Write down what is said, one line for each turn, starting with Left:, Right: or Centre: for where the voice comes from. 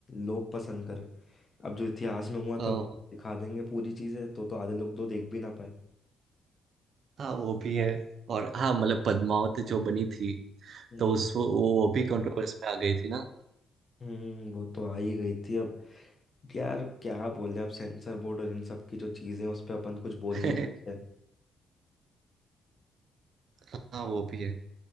Left: लोग पसंद करें अब जो इतिहास में हुआ
Right: अ,
Left: था वो दिखा देंगे पूरी चीजें तो तो आधे लोग तो देख भी ना पाए
Right: हाँ वो भी है और हाँ मतलब पद्मावत जो बनी थी
Left: हम्म
Right: तो उस वो, वो भी कंट्रोवर्स में आ गई थी ना
Left: हम्म, वो तो आ ही गई थी अब यार क्या बोले अब सेंसर बोर्ड और इन सब की जो चीजें हैं, उस पे अपन कुछ बोल
Right: <laughs>
Left: नहीं सकते
Right: हाँ वो भी है